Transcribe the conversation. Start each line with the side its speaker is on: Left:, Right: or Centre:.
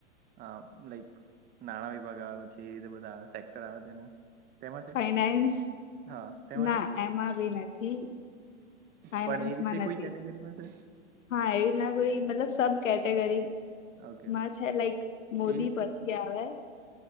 Right: હ લાઈક નાણા વિભાગ આવે છે એ રીતે બધા કરાવ તેને તેમાં છે
Left: ફાઈનાન્સ
Right: હા તેમાં
Left: ના
Right: છે
Left: એમાં બી નથી. ફાઈનાન્સમાં
Right: પણ એ રીતે કોઈ
Left: નથી
Right: કેટેગરીમાં છે
Left: હા એવી ના કોઈ મતલબ સબ કેટેગરી
Right: ઓકે
Left: માં છે લાઈક મોદી
Right: એ
Left: પછી આવે